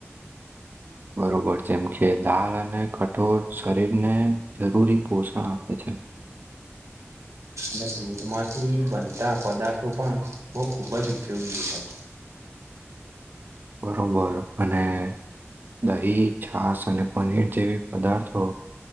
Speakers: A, on the right; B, on the right.
A: બરોબર જેમકે દાળ અને કઠોળ શરીરને જરૂરી પોષણ આપે. અચ્છા.
B: હ. એ દૂધ માંથી બનતા પદાર્થો પણ બહ ખુબ જ ઉપયોગી. <unintelligible>
A: બરોબર અને, દહી છાસ અને પનીર જેવી પદાર્થો.